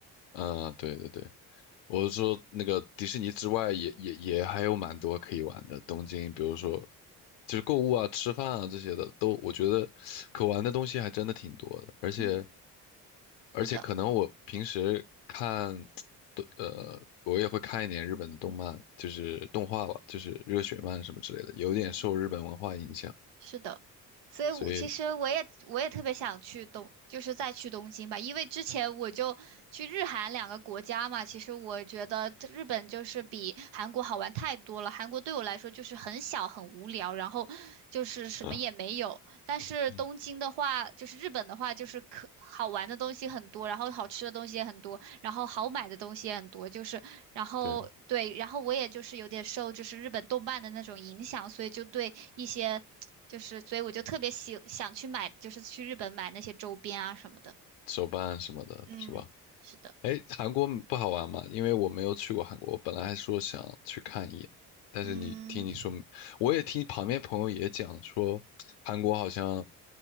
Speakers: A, on the left; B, on the right.
A: 嗯，对对对。我是说，那个迪士尼之外也，也也还有蛮多可以玩的。东京，比如说，就是购物啊、吃饭啊这些的，都我觉得可玩的东西还真的挺多的。而且，
B: 嗯，是的。
A: 而且可能我平时看，<tsk> 呃，我也会看一点日本的动漫，就是动画吧，就是热血漫什么之类的，有点受日本文化影响，
B: 嗯，是的，所以我其实我也我也特别想去东，
A: 所以，
B: 就是再去东京吧，因为之前我就去日韩两个国家嘛，其实我觉得日本就是比韩国好玩太多了，韩国对我来说就是很小很无聊，然后就是什么也没有，
A: 啊，
B: 但是东京的话，
A: 嗯，
B: 就是日本的话，就是可好玩的东西很多，然后好吃的东西也很多，然后好买的东西也很多，就是然后对，
A: 对，
B: 然后我也就是有点受就是日本动漫的那种影响，所以就对一些就是所以我就特别喜想去买，就是去日本买那些周边啊什么的。
A: 手办什么的，
B: 嗯，
A: 是吧？
B: 是的，
A: 哎，韩国不好玩吗？因为我没有去过韩国，我本来还说想去看一眼，但是你听你说，
B: 嗯。
A: 我也听旁边朋友也讲说，韩国好像，